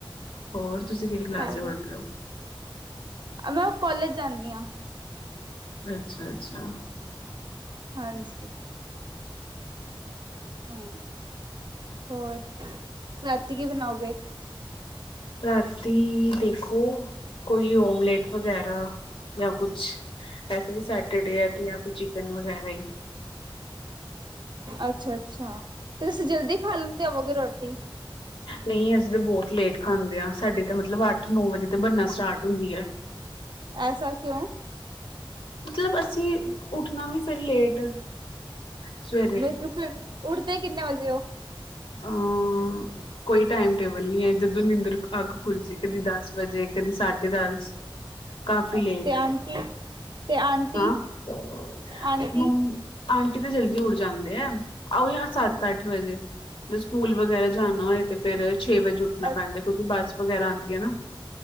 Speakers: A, on the left; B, on the right.
A: ਹੋਰ ਤੁਸੀਂ ਕੇੜੀ ਕਲਾਸ
B: ਹੈਗਾ
A: ਚ ਪੜ੍ਹ ਰੇ ਓ?
B: ਮੈਂ ਓ ਕੋਾਲਜ ਜਾਂਨੀ ਆਂ।
A: ਅੱਛਾ-ਅੱਛਾ।
B: ਹਾਂਜੀ ਹਮ ਹੋਰ ਰਾਤੀ ਕੀ ਬਣਾਓਗੇ?
A: ਰਾਤੀ ਦੇਖੋ ਕੋਈ ਓਮਲੇਟ ਵਗੈਰਾ ਜਾਂ ਕੁਛ। ਵੈਸੇ ਵੀ ਸੈਟਰਡੇ ਐ ਤੇ ਅ ਕੋ ਚਿਕਨ ਵਗੈਰਾ ਈ।
B: ਅੱਛਾ ਅੱਛਾ ਤੇ ਤੁਸੀਂ ਜਲਦੀ ਖਾ ਲੈਂਦੇ ਹੋਵੋਗੇ ਰੋਟੀ
A: ਨੲੀਂ ਅਸੀਂ ਤਾਂ ਬੌਤ ਲੇਟ ਖਾਂਦੇ ਆਂ ਸਾਡੇ ਤਾਂ ਮਤਲਬ ਅੱਠ ਨੌ ਵਜੇ ਤੇ ਬਨਨਾ ਸਟਾਟ ਹੁੰਦੀ ਐ।
B: ਐਸਾ ਕਿਉਂ?
A: ਮਤਲਬ ਅਸੀਂ ਉੱਠਣਾ ਵੀ ਫੇਰ ਲੇਟ ਸਵੇਰੇ
B: ਬਲਕਿ ਫਿਰ ਉੱਠਦੇ ਕਿੰਨੇ ਵਜੇ ਹੋ?
A: ਅੰ ਕੋਈ ਟੈਅਮ ਟੇਬਲ ਨੀ ਐ ਜਦੋਂ ਨਿੰਦਰ ਕ ਅਖ ਖੁੱਲਜੇ ਕਦੀ ਦੱਸ ਵਜੇ ਕਦੀ ਸਾਢੇ ਦਸ ਕਾਫੀ
B: ਅੱਛਾ
A: ਲੇਟ,
B: ਤੇ ਆਂਟੀ ਤੇ ਆਂਟੀ
A: ਹਾਂ ਹੂੰ
B: ਆਂਟੀ
A: ਆਂਟੀ ਤੇ ਜਲਦੀ ਉੱਡ ਜਾਂਦੇ ਐ ਆਓ ਯ ਸੱਤ ਅੱਠ ਵਜੇ। ਜ ਸਕੂਲ ਵਗੈਰਾ ਜਾਣਾ ਹੋਏ ਤੇ ਫੇਰ ਛੇ ਵਜੇ ਉੁੱਠਣਾ
B: ਅੱਛਾ
A: ਪੈਂਦੈ ਕਿਉਂਕਿ ਬੱਸ ਵਗੈਰਾ ਆਂਦੀ ਐ ਨਾ।